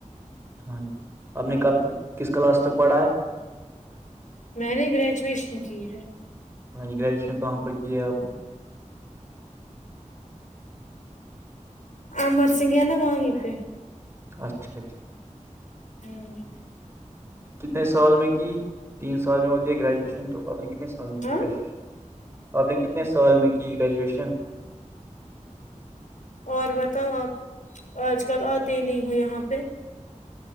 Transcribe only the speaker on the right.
ہاں جی آپ نے کب کس کلاس تک پڑھا ہے
ہاں ج گریجویشن کہاں پر کی ہے آپ نے
اچھاجی
کتنے سال میں کی تین سال میں ہوتی ہے گریجویشن تو آپ نے کتنے سال میں کی
گریجویشن آپ نے کتنی کتنے سال میں کی گریجویشن